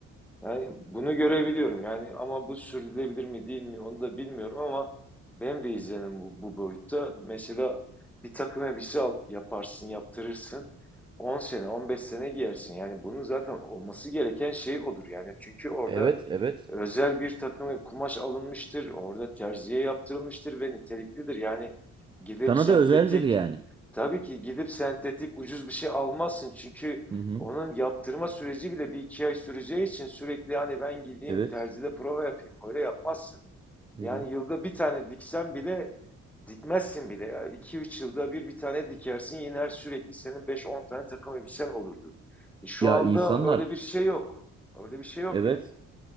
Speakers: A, in the centre; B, on the right (about 15°).
A: Yani bunu görebiliyorum yani ama bu sürdürülebilir mi değil mi onu da bilmiyorum ama benim de izlenim bu, bu boyutta. Mesela bir takım elbise al, yaparsın, yaptırırsın. 10 sene, 15 sene giyersin. Yani bunun zaten olması gereken şey odur. Yani çünkü orada
B: Evet, evet.
A: özel bir takım kumaş alınmıştır. Orada terziye yaptırılmıştır ve niteliklidir. Yani gidip
B: Sana
A: sentetik
B: da özeldir yani.
A: tabii ki gidip sentetik ucuz bir şey almazsın. Çünkü
B: Hı hı.
A: onun yaptırma süreci bile bir iki ay süreceği için sürekli yani ben gideyim
B: Evet.
A: terzide prova yapayım öyle yapmazsın.
B: Hı
A: Yani
B: hı.
A: yılda bir tane diksen bile dikmezsin bile ya. iki üç yılda bir bir tane dikersin yine her sürekli senin beş on tane takım elbisen olurdu. E şu
B: Ya
A: anda
B: insanlar
A: öyle bir şey yok. Öyle bir şey yok
B: evet.
A: yani.